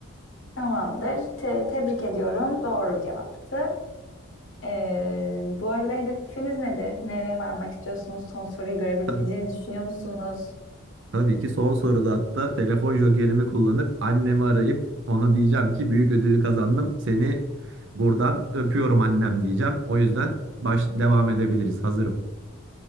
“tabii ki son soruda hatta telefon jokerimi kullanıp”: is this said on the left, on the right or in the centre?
Right